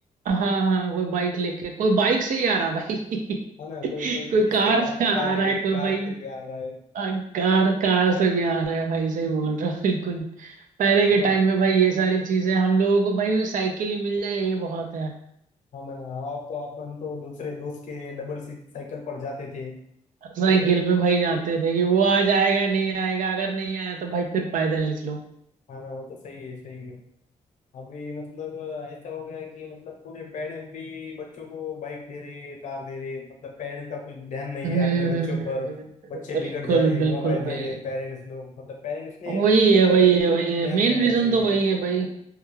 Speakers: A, on the right; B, on the left.
A: हाँ हाँ कोई बाइक लेके कोई बाइक से ही आ रहा भाई <laughs>
B: है ना कोई कोई
A: कोई
B: तो जिसके
A: कार
B: पास
A: से
B: कार
A: आ
B: है
A: रहा है कोई
B: कार
A: भाई
B: से भी आ रहा है
A: आ, कार कार से भी आ रहा है भाई सही बोल रहा हो बिल्कुल पहले के
B: पूरा
A: टाइम में भाई ये सारी चीजें हम लोगों को भाई साइकिल ही मिल जाए ये बहुत है
B: हम और तो अपन तो दूसरे दोस्त के डबल साइकिल पर जाते थे
A: साइकिल पे भाई जाते थे कि वो आज आएगा नहीं आएगा अगर नहीं आया तो भाई फिर पैदल निकलो
B: हाँ ना वो तो सही है सही है अभी मतलब ऐसा हो गया है कि मतलब पूरे पेरेंट्स भी बच्चों को बाइक दे रहे कार दे रहे मतलब पेरेंट्स का कुछ ध्यान नहीं
A: हम्म
B: है अपने
A: हम्म,
B: बच्चों पर
A: हम्म,
B: बच्चे
A: बिल्कुल
B: बिगड़ जा रहे
A: बिल्कुल
B: मोबाइल
A: भाई
B: दे रहे पेरेंट्स लोग मतलब पेरेंट्स ने
A: वही है
B: बच्चों
A: वही
B: के
A: है
B: ऊपर
A: वही है
B: ध्यान
A: मेन
B: देना
A: रीजन
B: चाहिए
A: तो वही है भाई